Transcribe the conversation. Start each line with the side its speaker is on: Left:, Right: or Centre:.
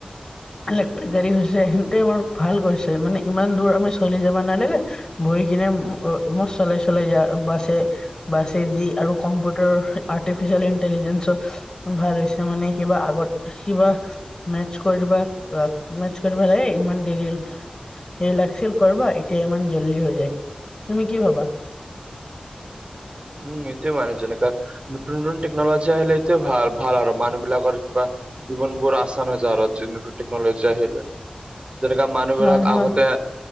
Left: ইলেক্ট্ৰিক গাড়ী হৈছে সেইটোৱে আমাৰ ভাল কৰিছে মানে ইমান দূৰ আমি চলি যাব নালাগে বহি কিনে চলাই চলাই যায় বাচে। বাছে দি আৰু কম্পিউটাৰ আৰ্টিফিচিয়েল ইন্টেলিজেন্ঞ্চ ভাল হৈছে মানে কিবা, আগত কিবা মেচ কৰিব মেচ কৰিব লাগে ইমান দেৰি দেৰি লাগছিল কৰব এতিয়া ইমান জল্দি হৈ যায়। তুমি কি ভাবা?
Right: উম এটোয়ে মানে যেনেকা, নতুন নতুন টেকন'লজি আহিলে এটোয়ে ভাল। ভাল আৰু মানুহ বিলাকৰ কিবা জীৱন বোৰ আচান হৈ যায় আৰু যি নতুন টেকনলজি যায় সেইবিলাক, আহিলে যেনেকা মানুহবিলাক
Left: হয় হয়
Right: আগতে